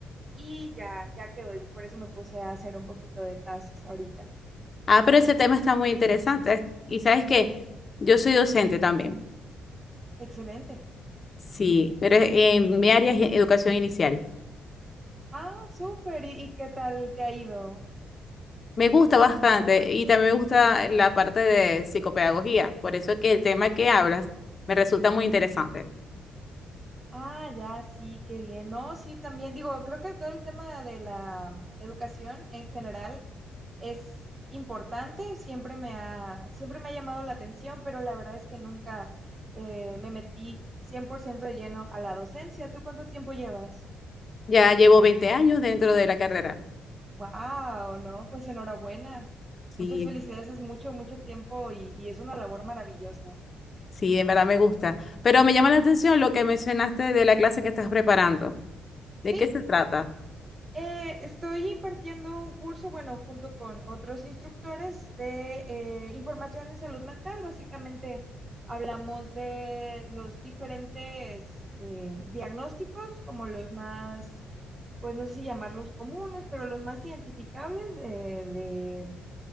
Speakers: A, on the right (about 30°); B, on the left (about 40°).
A: y ya, ya quedó. Y por eso me puse a hacer un poquito de tasks ahorita.
B: Ah, pero ese tema está muy interesante. ¿Y sabes qué? Yo soy docente también.
A: Excelente.
B: Sí, pero en mi área es e, educación inicial.
A: Ah, súper. ¿Y, y qué tal te ha ido?
B: Me gusta bastante y también me gusta la parte de psicopedagogía. Por eso es que el tema que hablas me resulta muy interesante.
A: Ah, ya, sí, qué bien. No, sí, también digo, creo que todo el tema de la educación en general es importante, siempre me ha, siempre me ha llamado la atención, pero la verdad es que nunca eh, me metí 100% de lleno a la docencia. ¿Tú cuánto tiempo llevas?
B: Ya llevo 20 años dentro de la carrera.
A: Wow, no, pues enhorabuena. Muchas
B: Sí,
A: felicidades, es mucho, mucho tiempo y, y es una labor maravillosa.
B: Sí, en verdad me gusta. Pero me llama la atención lo que mencionaste de la clase que estás preparando. ¿De
A: Sí,
B: qué se trata?
A: eh, estoy impartiendo un curso, bueno, junto con otros instructores de eh, información en salud mental. Básicamente hablamos de los diferentes eh, diagnósticos, como los más, pues no sé si llamarlos comunes, pero los más identificables eh,